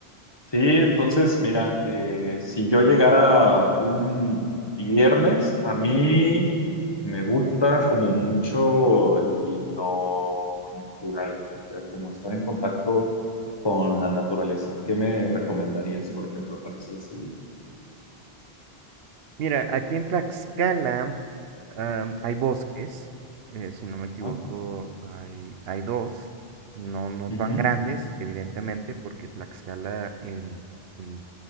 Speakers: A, on the left; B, on the right.
A: Sí, entonces, mira, eh, si yo llegara un viernes, a mí me gusta como mucho el- lo natural, o sea, como estar en contacto con la naturaleza. ¿Qué me recomendarías, por ejemplo, para hacer ese día?
B: Mira, aquí en Tlaxcala am, hay bosques, eh, si no
A: Ajá.
B: me equivoco, hay, hay dos, no, no
A: Ujú,
B: tan grandes, evidentemente, porque Tlaxcala en, en,